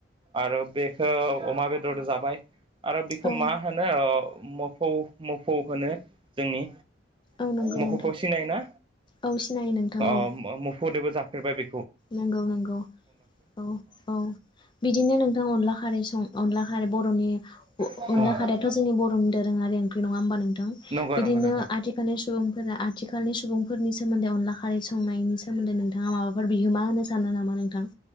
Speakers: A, on the right; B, on the left.
A: आरो बेखौ अमा बेदर जाबाय आरो बेखौ
B: औ
A: मा होनो मफौ मोफौ होनो जोंनि
B: औ नंगौ
A: मुफौखौव
B: नोंथां
A: सिनायो ना?
B: औ सिनायो नोंथां
A: अ
B: औ
A: मुफौदोबो जाफेरबाय बे
B: नंगौ नंगौ। औ औ बिदिनो नोंथां अनला खारै सं अनला खारै बर' बर'नि अ
A: आङो
B: अनला खारैयाथ' जोंनि बर'नि दोरोआरि ओंख्रि नङा होमबा नों थां?
A: नंगौ
B: बिदिनो
A: नंगौ नोंथां
B: आथिखालनि सुबुंफोरा आ थिखालनि सुबुंफोरनि सोमोन्दै अनला खारै संनायनि सोमोनदै नोंथाङा माबाफोर बिहोमा होनो सानो नामा नोंथां?